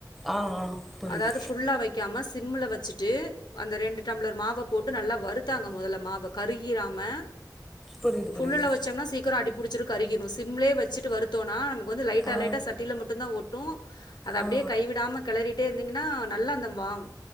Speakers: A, in the centre; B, on the left.
A: ஆ ஆ புரியுது
B: அதாவது ஃபுல்லா வைக்காம சிம்முல வச்சுட்டு அந்த ரெண்டு டம்ளர் மாவ போட்டு நல்லா வருத்தாங்க மொதல்ல மாவ கருகிராம
A: புரியுது
B: ஃபுல்லுல
A: புரியுது
B: வச்சம்னா சீக்கரோ அடிப்புடிச்சுரு கருகிரு சிம்லயே வச்சுட்டு வறுத் தோனா நமக்கு வந்து லைட்டா
A: ஆ
B: லைட்டா சட்டியில மட்டுந்தா ஒட்டு அது அப்டியே
A: ஆ
B: கைவிடாம கெளறிட் டே இருந்தீங்கன்னா நல்லா அந்த மா